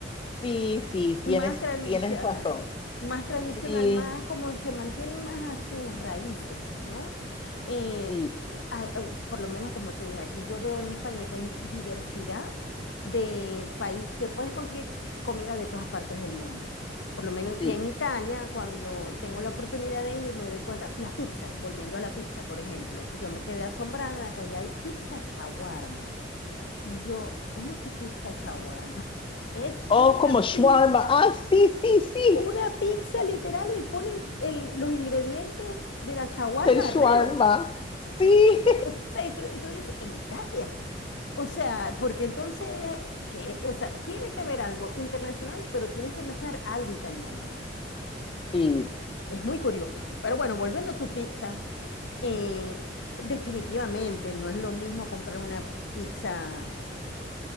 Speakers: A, on the left; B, on the left.
A: Sí, sí,
B: Más
A: tienes,
B: tradicional,
A: tienes razón.
B: más tradicional,
A: Sí,
B: más como se mantienen más a sus raíces, ¿no? Eh,
A: sí,
B: eh, a- a- por lo menos como te dije, aquí yo veo en España que hay diversidad de país, te puedes conseguir comida de todas partes del mundo. Por lo menos,
A: sí.
B: y en Italia, cuando tengo la oportunidad de ir, me doy cuenta, la pizza, volviendo a la pizza, por ejemplo, yo me quedé asombrada de que allá hay pizza chaguarma. Y yo, ¿cómo que pizza chaguarma? <laughs> Es
A: Oh,
B: una
A: como shawarma.
B: pizza
A: Ah, sí, sí, sí,
B: una pizza literal y ponen el- los ingredientes de la shawarma
A: del shawarma.
B: arriba. <laughs>
A: Sí,
B: O sea, y tú, y tú dices, en Italia. O sea, porque entonces, que, o sea, tiene que haber algo internacional, pero tienes que mezclar algo italiano.
A: <laughs> sí.
B: Es muy curioso. Pero bueno, volviendo a tu pizza, eh, definitivamente no es lo mismo comprar una pizza